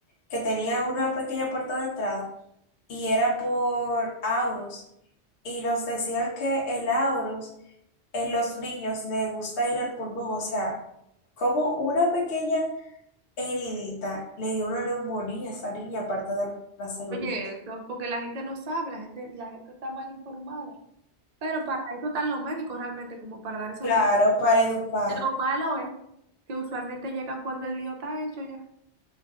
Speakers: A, on the left (about 60°); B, on the right (about 60°).
A: que tenía una pequeña puerta de entrada, y era por aurus, y nos decían que el aurus en los niños le gusta ir al pulmón, o sea, como una pequeña heridita le dio una neumonía a esa niña, aparte de la celulitis.
B: Oye, eso, porque la gente no sabe, la gente, la gente está mal informada. Pero para eso están los médicos realmente, como para dar esos
A: Claro,
B: tips.
A: para educar.
B: Lo malo es que usualmente llegan cuando el lío está hecho ya.